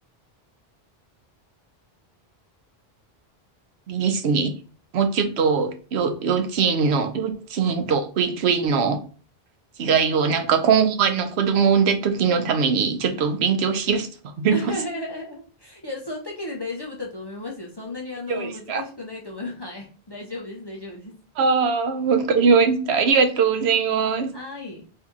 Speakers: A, on the right; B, on the left.
A: いいですね。もうちょっと、よ、幼稚園の、幼稚園と保育園の違いを、なんか今後、あの、子供を産んだ時のために、ちょっと勉強しようと思います。
B: <laughs> いや、そんだけで大丈夫だと思いますよ。そんなにあの、
A: <laughs> 大丈夫ですか
B: 難しくないと思います。はい。大丈夫です、大丈夫です。
A: ああー、わかりました。ありがとうございます。
B: はい。